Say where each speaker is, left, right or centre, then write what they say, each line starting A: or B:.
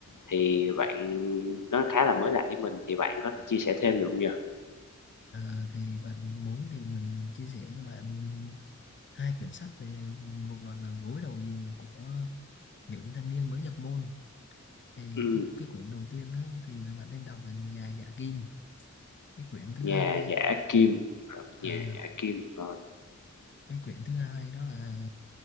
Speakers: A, on the left; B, on the left.
A: Thì bạn nó khá là mới lạ với mình, thì bạn có thể chia sẻ thêm được không nhỉ?
B: Ờ, thì bạn muốn thì mình chia sẻ cho bạn hai quyển sách này một gọi là gối đầu giường của những thanh niên mới nhập môn thì
A: Ừm,
B: cái cái quyển đầu tiên á, thì là bạn nên đọc là nhà Dạ Kim cái quyển thứ
A: nhà
B: hai
A: giả kim,
B: à
A: nhà giả kim, rồi
B: cái quyển thứ hai đó là